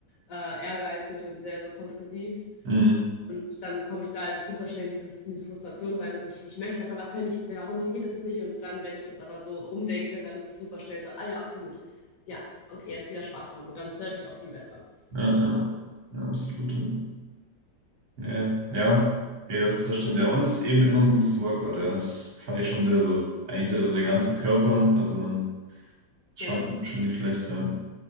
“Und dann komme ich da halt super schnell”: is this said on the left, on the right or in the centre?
Left